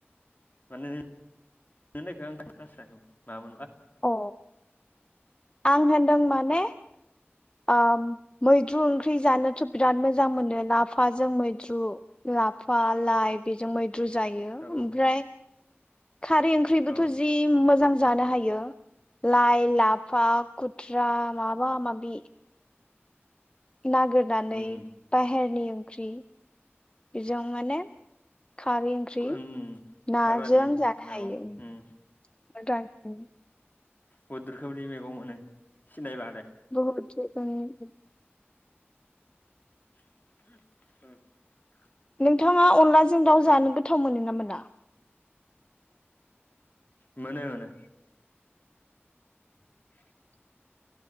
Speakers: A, on the left; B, on the left.
A: माने नोंनि होननायखो आं खोनास्राखैमोन मा मोनबा
B: अ आं होनदों माने ओ मैद्रु ओंख्रि जानोथ' बिराद मोजां मोनो लाफाजों मैद्रु लाफा लाइ बेजों मैद्रु जायो ओमफ्राय
A: औ
B: खारै ओंख्रिबोथ'
A: औ
B: जि मोजां जानो हायो लाइ लाफा खुथ्रा माबा माबि नागिरनानै
A: उम
B: बाहेरनि ओंख्रि बेजों माने खारै ओंख्रि
A: उम
B: नाजों
A: हाग्रानि
B: जानो
A: मैगं
B: हायो
A: उम
B: <unintelligible>
A: बुहुद रोखोमनि मैगं मोनो सिनायलानो
B: <unintelligible>
A: <unintelligible>
B: नोंथाङा अनलाजों दाउ जानो गोथाव मोनो ना मोना?
A: मोनो मोनो <inaudible>